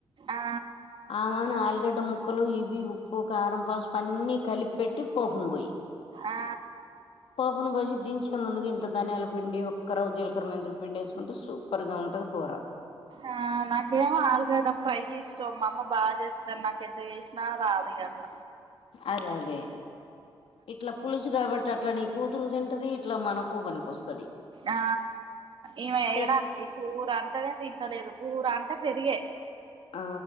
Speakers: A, on the right; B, on the left.
A: ఆ
B: ఆమాను ఆలుగడ్డ ము ముక్కలు ఇవి ఉప్పు కారం పసుపు అన్నీ కలిపిపెట్టి పోపును పోయి
A: ఆ
B: పోపున్ పోసిన దింజేముందు ముందుగా ఇంత ధాన్యాల పిండి ఒక్క రవ జీలకర్ర మెంతులు పిండి వేసుకుంటే సూపర్ గా ఉంటుంది కూర
A: ఆ నాకేమో ఆలుగడ్డ ఫ్రై ఇష్టమ్ మా అమ్మ బాగా చేస్తారు నాకు ఎంత చేసినా రాదు గంల
B: అదే అదే ఇట్లా పులుసు కాబట్టి అట్లా నీకు కూతురు తింటుది ఇట్లా మనకు పనికి వస్తది
A: ఆ ఈమె
B: అంటే
A: ఏడండి కూర అంటేనే తింటలేదు కూర అంటే పెరిగే
B: ఆ